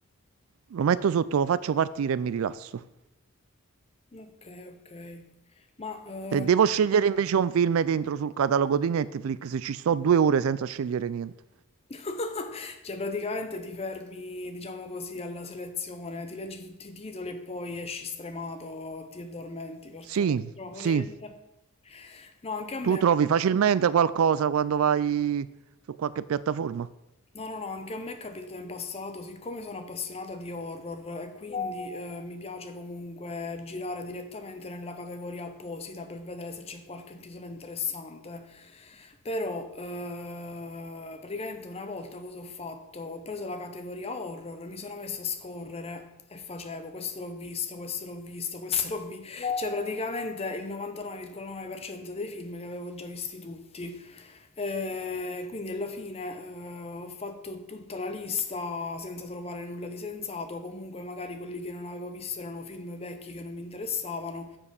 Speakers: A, on the right; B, on the left.
A: lo metto sotto, lo faccio partire e mi rilasso.
B: ok, ok. Ma eh,
A: Se devo scegliere invece un film dentro sul catalogo di Netflix, ci sto due ore senza scegliere niente.
B: <laughs> cioè praticamente ti fermi, diciamo così, alla selezione, ti leggi tutti i titoli e poi esci stremato, ti addormenti perché
A: Sì,
B: non hai trovato
A: sì,
B: niente. No, anche a me.
A: tu trovi facilmente qualcosa quando vai su qualche piattaforma.
B: No, no, no, anche a me è capitato in passato, siccome sono appassionata di horror e quindi eh, mi piace comunque girare direttamente nella categoria apposita per vedere se c'è qualche titolo interessante. Però eh, praticamente una volta cosa ho fatto? Ho preso la categoria horror, mi sono messa a scorrere e facevo questo l'ho visto, questo l'ho visto, questo l'ho visto. Cioè, praticamente il 99,9% dei film li avevo già visti tutti. Eh, quindi alla fine eh, ho fatto tutta la lista senza trovare nulla di sensato. Comunque, magari quelli che non avevo visto erano film vecchi che non mi interessavano.